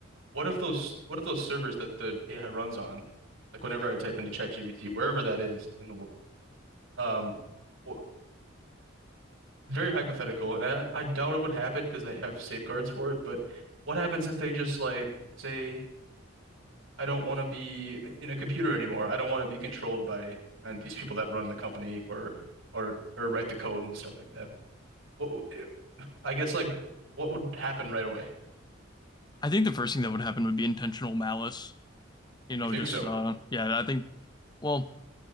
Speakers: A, on the right; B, on the left.
A: What if those what if those servers that the AI runs on, like whenever I type into ChatGPT, wherever that is in the world, um, wh- very hypothetical, and I, I doubt it would happen because they have safeguards for it, but what happens if they just like say I don't want to be in a computer anymore. I don't want to be controlled by and these people that run the company or or or write the code and stuff like that. What I guess like what would happen right away?
B: I think the first thing that would happen would be intentional malice you
A: You
B: know,
A: think
B: just
A: so?
B: uh yeah, I think well,